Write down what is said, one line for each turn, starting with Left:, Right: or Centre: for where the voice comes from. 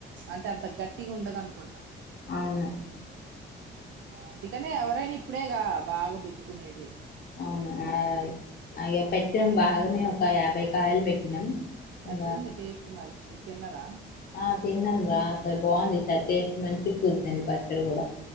Right: అంటే అంత గట్టిగా ఉండదు అనుకుంటా
Left: అవును
Right: అందుకనే ఎవరైనా ఇప్పుడేగా బాగా పెట్టుకునేది
Left: అవును అ అయ్యో పెట్టాం బాగానే ఒక యాభై కాయలు పెట్టినాం ఇంగా
Right: అట్లుంది టేస్ట్ మరి ఇది తిన్నరా
Left: ఆ తిన్నాం రా అ బాగుంది చ టేస్ట్ మంచిగా కుదిరింది పచ్చడి కూడా